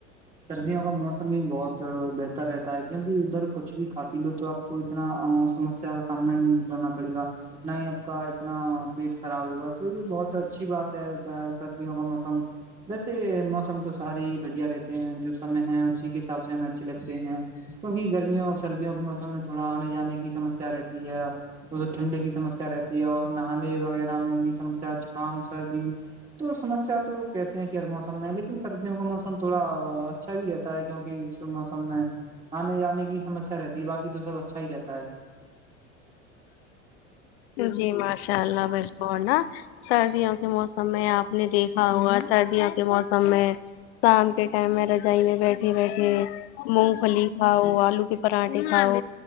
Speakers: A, on the right (about 15°); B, on the left (about 55°).
A: سردیوں کا موسم بھی بہت بہتر رہتا ہے کیونکہ ادھر کچھ بھی کھا پی لو تو آپ کو اتنا سمسیا کا سامنا ہی نہیں کرنا پڑے گا نہیں آپ کا اتنا پیٹ خراب ہوگا تو یہ بہت اچھی بات ہے سردیوں کا موسم ویسے موسم تو سارے ہی بڑھیا رہتے ہیں جو سمے ہیں اسی کے حساب سے ہمیں اچھے لگتے ہیں کیونکہ گرمیوں اور سردیوں کے موسم میں تھوڑا آنے جانے کی سمسیا رہتی ہے وہ ٹھنڈے کی سمسیا رہتی ہے اور نہانے وغیرہ میں بھی سمسیا زکام سردی تو سمسیا تو کہتے ہیں کہ ہر موسم میں لیکن سردیوں کا موسم تھوڑا اچھا بھی رہتا ہے کیونکہ اس موسم میں آنے جانے کی سمسیا رہتی ہے باقی تو سب اچھا ہی رہتا ہے
B: جی ماشاء اللہ میرے کو نہ <unintelligible> سردیوں کے موسم میں آپ نے دیکھا ہوا سردیوں کے موسم میں شام کے ٹائم میں رجائی میں بیٹھ بیٹھے بیٹھے مونگ پھلی کھاؤ آلو کے پاڑاٹھے کھاؤ